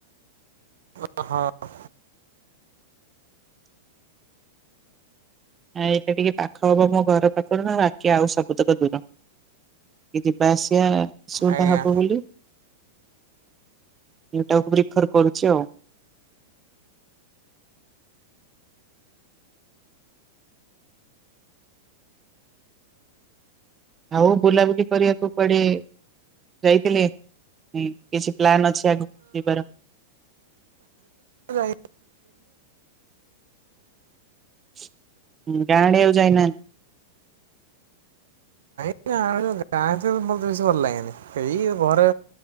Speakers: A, on the right; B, on the right.
A: ଓ-ହଁ।
B: ଆ ଏଇଟା ଟିକେ ପାଖ ହବ ମୋ ଘର ପାଖରୁ ନା ବାକି ଆଉ ସବୁତକ ଦୂର। କି ଯିବା ଆସିବା ଅସୁବିଧା
A: ଆଜ୍ଞା
B: ହବ ବୋଲି ଏଟାକୁ ରିଫର୍ କରୁଚି ଆଉ। ଆଉ ବୁଲାବୁଲି କରିବାକୁ ପଡେ ଯାଇଥିଲେ ଉଁ -କିଛି ପ୍ଲାନ୍ ଅଛି ଆଗକୁ ଯିବାର?
A: ନାଇଁ ଗାଁ
B: ହୁଁ- ଗାଁ ଆଡେ ଆଉ ଯାଇନାହାନ୍ତି।
A: ନାଁ <unintelligible> ମତେ ବେଶୀ ଭଲ ଲାଗେନି, ଏଇ ଘରେ